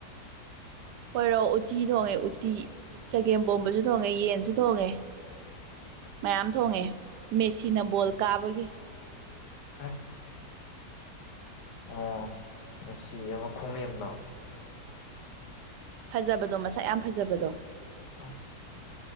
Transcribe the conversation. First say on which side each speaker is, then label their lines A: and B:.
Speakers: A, on the right; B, on the left.
A: ꯈꫭꯎꯔꫭ ꯎꯇꯤ ꯊꯣꯡꯉꯦ ꯎꯠꯇꯤ ꯆꯒꯦꯝ ꯄꯣꯝꯕꯁꯨ ꯊꯣꯡꯉꯦ ꯌꯦꯟꯁꯨ ꯊꯣꯡꯉꯦ꯫ ꯃꯌꯥꯝ ꯊꯣꯡꯉꯦ ꯃꯦꯁꯤꯅ ꯕꯣꯜ ꯀꯥꯕꯒꯤ
B: ꯑꯥ꯫ ꯑꯣ ꯃꯦꯁꯤ ꯑꯃ ꯈꯣꯡꯅꯦꯝꯗꯣ꯫
A: ꯐꯖꯕꯗꯣ ꯃꯁꯛ ꯌꯥꯝ ꯐꯖꯕꯗꯣ꯫
B: ꯑꯁ